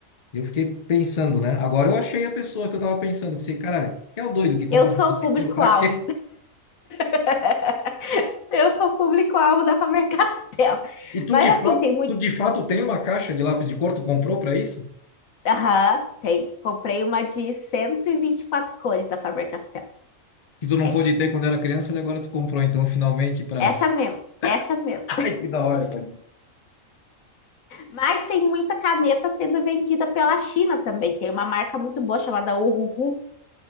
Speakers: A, on the left (about 35°); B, on the left (about 80°).
A: E eu fiquei pensando, né? Agora eu achei a pessoa que eu tava pensando. Eu Pensei, caralho, que é o doido que compra
B: Eu sou
A: lápis
B: o
A: de
B: público-alvo.
A: cor pra quê?
B: <laughs> Eu sou o público-alvo da Faber-Castell.
A: E tu
B: Mas
A: de fato,
B: assim, tem muito.
A: tu de fato tem uma caixa de lápis de cor, tu comprou pra isso?
B: Aham, tem. Comprei uma de cento e e vinte e quatro cores da Faber-Castell.
A: Que tu não
B: É.
A: pôde ter quando era criança e agora tu comprou, então, finalmente pra.
B: Essa mesmo. Essa mesmo.
A: <laughs> Ai, que da hora, cara.
B: Mas tem muita caneta sendo vendida pela China também. Tem uma marca muito boa chamada Uhuhu,